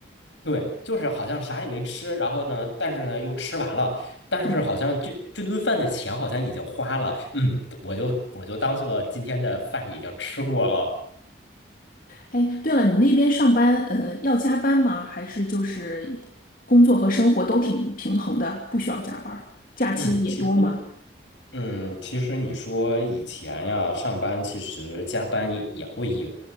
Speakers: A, on the left; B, on the left.
A: 对，就是好像啥也没吃，然后呢，但是呢又吃完了，但是好像这这顿饭的钱好像已经花了，
B: 对。
A: 嗯，我就我就当做今天的饭已经吃过了，
B: 哎，对了，你那边上班，呃，要加班吗？还是就是工作和生活都挺平衡的，不需要加班儿假期也多吗？
A: 嗯，其实嗯，其实你说以前呀，上班其实加班也也会有，